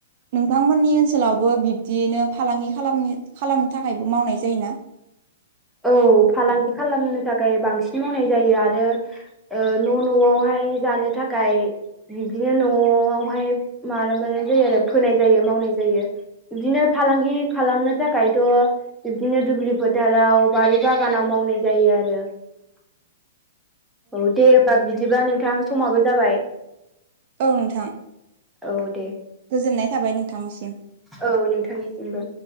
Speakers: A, on the right (about 50°); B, in the centre.
A: नोंथांमोननि ओनसोलावबो बिब्दियैनो फालांगि खालामनो खालामनो थाखायबो मावनाय जायो ना?
B: औ फालांगि खालामनो थाखाय बांसिन मावनाय जायो आरो ओ न' न'आवहाय जानो थाखाय बिदिनो न'आवहाय माबामानाय जायो आरो फोनाय जायो मावनाय जायो। बिदिनो फालांगि खालामनो थाखायथ' बिबदिनो दुब्लि फोथाराव बारि बागानाव मावनाय जायो आरो औ दे दा बिदिब्ला नोंथां समाबो जाबाय
A: औ नोंथां।
B: औ दे।
A: गोजोननाय थाबाय नोंथांनिसिम।
B: औ नोंथांनिसिमबो।